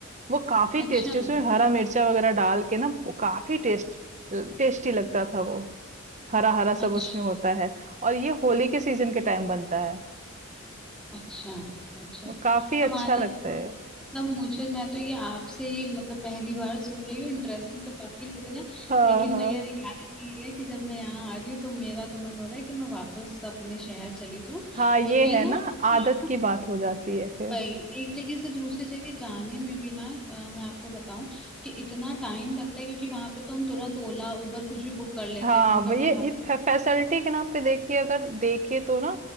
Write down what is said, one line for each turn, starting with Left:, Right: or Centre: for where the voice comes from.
Right: वो काफी
Centre: अच्छा
Right: टेस्टी उसमें हरा मिर्चा वगैरह डाल के ना वो काफी टेस्ट टेस्टी लगता था वो हरा हरा
Centre: अच्छा
Right: सब उसमें होता है और ये होली के सीजन के टाइम बनता है
Centre: अच्छा अच्छा
Right: काफी
Centre: हमारे
Right: अच्छा लगता
Centre: यहाँ तो
Right: है
Centre: मतलब मुझे मैं तो ये आपसे ही मतलब पहली बार सुन रही हूँ इंटरेस्टिंग तो काफी लग रहा है
Right: <laughs> हाँ
Centre: लेकिन
Right: हाँ
Centre: भैया रियलिटी ये है कि जब मैं यहाँ आ रही हूँ तो मेरा तो मन हो रहा है कि मैं वापस अपने शहर चली जाऊँ
Right: हाँ ये
Centre: क्योंकि
Right: है
Centre: ना
Right: ना
Centre: यहाँ
Right: आदत की बात हो जाती है फिर
Centre: भाई एक जगह से दूसरी जगह जाने में भी ना अ, मैं आपको बताऊं कि इतना टाइम लगता है क्योंकि वहां पे तो हम तुरंत ओला उबर कुछ भी बुक कर लेते
Right: हाँ
Centre: हैं मिनटों
Right: वो ये
Centre: में हमारे
Right: ये फैसिलिटी के नाम पे देखिए अगर देखिए तो ना